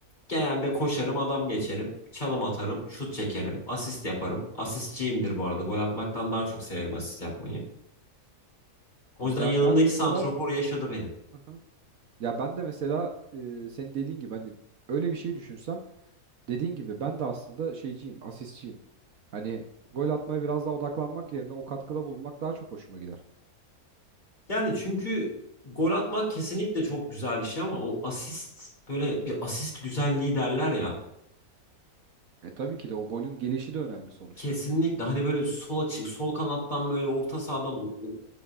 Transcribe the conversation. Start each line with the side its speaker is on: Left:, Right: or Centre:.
Left: Genelde koşarım, adam geçerim, çalım atarım, şut çekerim, asist yaparım. Asistçiyimdir bu arada. Gol atmaktan daha çok severim asist yapmayı. O
Right: Ben,
Left: yüzden yanımdaki
Right: ben mesela
Left: santrofor yaşadı benim.
Right: Hı hı. ya ben de mesela e, senin dediğin gibi hani öyle bir şey düşünsem dediğin gibi ben de aslında şeyciyim, asistçiyim. Hani gol atmaya biraz daha odaklanmak yerine o katkıda bulunmak daha çok hoşuma gider.
Left: Yani çünkü gol atmak kesinlikle çok güzel bir şey ama o asist böyle bir asist güzelliği derler ya.
Right: E tabii ki de o golün gelişi de önemli sonuçta.
Left: Kesinlikle hani böyle sol açı, sol kanattan böyle orta sahadan u- u-